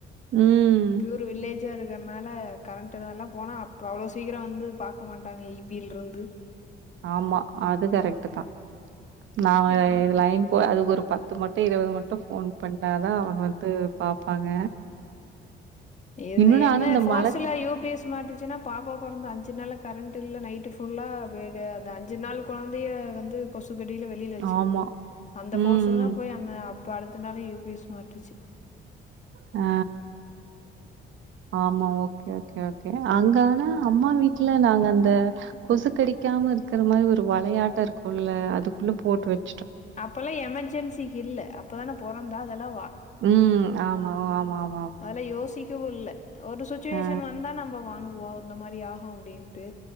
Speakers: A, on the right; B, on the left.
A: ம்
B: பியூர் வில்லேஜ் த்தியா இருக்குறனால கரண்ட்டுகளா போனா அவ்வளோ சீக்கிரோ வந்து பாக்க மாட்டாங்க ஈ பில இருந்து
A: ஆமா அது கரெக்ட்டுதா நா
B: ம்
A: இது லைன் போய் அதுக்கு ஒரு பத்து மட் பே இருபது மட்டு ஃபோன் பண்ணாதா அவங்க வந்து பாப்பாங்க
B: இது
A: இன்னொன்னு
B: என்ன
A: ஆனா இந்த
B: போர்ஸ்ல
A: மழ
B: யூ பி எஸ் மாட்டுசுன்னா பாப்பா பொறந்த அஞ்சு நாள் கரண்ட் டு இல்ல நைட்டு ஃபுல்லா அந்த அஞ்சு நாள் கொழந்தய வந்து கொசு கடியில வெளில வெச்சுருந்த
A: ஆமா
B: அந்த
A: ம்
B: போர்ஸ்ல்லா போய் அந்த அப் பால்லு பத்து நால யூபிஎஸ் மாட்டுச்சு
A: அ ஆமா ஓகே ஓகே கே அங்கனா அம்மா வீட்ல நாங்க அந்த கொசு கடிக்காம இருக்கற மாதிரி ஒரு வலாயாட்ட இருக்கோல்ல அதுக்குள்ள போட்டு வச்
B: அப்பல்லா எமெர்ஜென்சிக்கு இல்ல அப் இப்பதான பொறந்தா அதெல்லா
A: ம் ஆமா ஓ ஆமா ஆம்
B: அதல யோசிக்கவு இல்ல ஒரு சுச்சுவேஷன்
A: ஆ
B: வந்தா நம்ம வாங்கோ ஓ அந்த மாரி ஆகு அப்டின்ட்டு